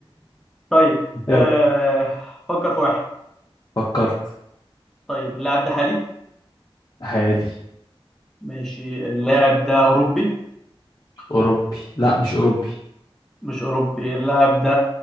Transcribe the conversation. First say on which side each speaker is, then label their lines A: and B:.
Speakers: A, in the centre; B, on the left.
A: طيب
B: <laughs>
A: آه...
B: يلا
A: فكر في واحد
B: فكرت
A: طيب اللاعب ده حالي
B: حالي
A: ماشي اللاعب ده اوروبي
B: اوروبي لا مش اوروبي
A: مش اوروبي اللاعب ده